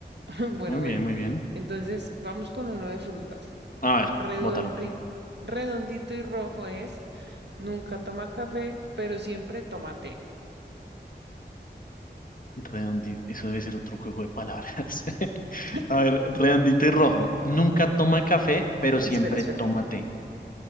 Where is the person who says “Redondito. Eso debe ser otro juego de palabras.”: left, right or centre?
Left